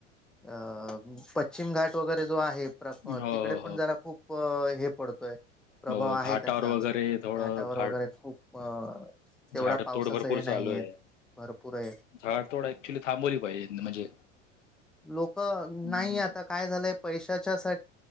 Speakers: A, in the centre; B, on the left.
A: अ पश्चिम घाट वगैरे जो आहे तिकडे
B: हो
A: पण जरा खूप हे पडतोय प्रभाव
B: म
A: आहे
B: घाटावर
A: त्याचा
B: वगैरे थोडं
A: घाटावर
B: घाट
A: वगैरे खूप अ तेवढा
B: झाड
A: पावसाचं
B: तोड भरपूर
A: हे नाहीये
B: चालू आहे
A: भरपूर आहे
B: झाडतोड ऍक्च्युली थांबवली पाहिजे म्हणजे
A: लोक
B: हं.
A: नाही आता काय झालंय पैशाच्या सा